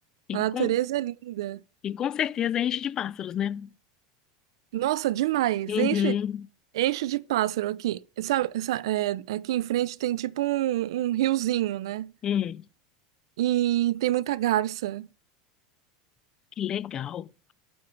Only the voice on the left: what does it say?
E
com,
e com certeza enche de pássaros, né?
Uhum.
Hum.
Que legal.